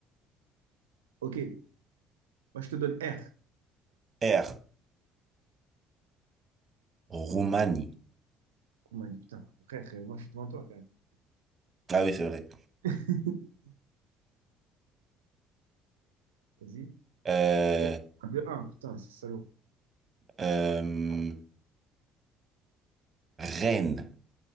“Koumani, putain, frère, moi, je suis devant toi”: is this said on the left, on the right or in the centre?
Right